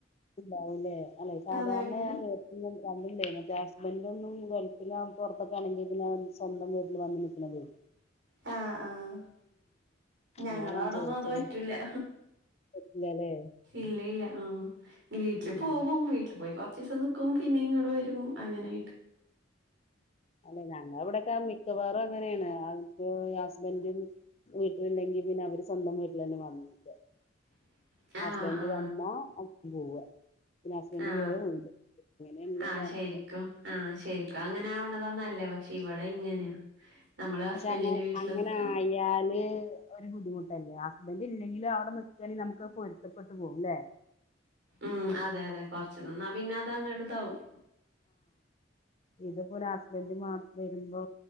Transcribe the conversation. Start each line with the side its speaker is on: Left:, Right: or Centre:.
Left: ണ്ടാവല്ലേ അല്ലെ സാധാരണ
Right: അതെ ഉണ്ട്
Left: ഞാൻ കേ കണ്ടില്ലേ മറ്റേ ഹസ്ബൻഡ ഒന്നും ഗൾഫിന പുറത്തൊക്കെ ആണെങ്കി ഇതിനൻ സ്വന്തം വീട്ടിൽ വന്ന നൽക്കണുന്നത്
Right: ആഹ ആഹ ഞങ്ങളുടെ
Left: അതാ ഞാൻ
Right: അവിടെന്നും
Left: ചോദിച്ചത്
Right: അത് പറ്റൂല
Left: പറ്റില്ലല്ലേ
Right: ഇല്ല ഇല്ല ആഹ വീട്ടില്
Left: ഉം
Right: പോവും വീട്ടിൽ പോയി കൊറച്ച ദിവസം നിക്കും പിന്നെ ഇങ്ങനെ വരും അങ്ങനൊയിട്ട്
Left: അല്ലെ ഞങ്ങ അവിടെൊക്കെ മിക്കവാറും അങ്ങനെയാണ് അതിപ്പോൊ ഹസ്ബൻറും വീട്ടിലുണ്ടെങ്കിൽ പിന്നെ അവര് സ്വന്തം വീട്ടിൽ തന്നെ വന്നിട്ട്
Right: <unintelligible>
Left: ഹസ്ബൻഡ്
Right: ആ ആ
Left: വന്ന അ പോവാ പിന്നെ ഹസ്ബന്ഡ
Right: ആ
Left: പോയ അങ്ങനെയള്ളവരാണ്ത
Right: ആ ശരിക്കും ആ ശരിക്കും അങ്ങനെ ആവണതന്നല്ലേ പക്ഷെ ഇവിടെ ഇങ്ങനെയാ നമ്മള് ഹസ്ബൻഡിന്റെ
Left: പക്ഷെ അങ്ങന
Right: വീട്ടിൽ
Left: അങ്ങനെ
Right: നിക്കണം
Left: ആയാല് ഒരു ബുദ്ധിമുട്ടല്ലേ അന്റെ ഇല്ലെങ്കിലും അവിടെ നിക്കണ നമുക്ക് പൊരുത്തപ്പെട്ട് പോകല്ലേ
Right: ഉം അതെ അതെ കൊറച്ച് നന്നാ പിന്നെ അത അങ്ങടുതാവും
Left: ഇത്പ്പോ ഹസ്ബന്ഡ് മാസം വരുമ്പോ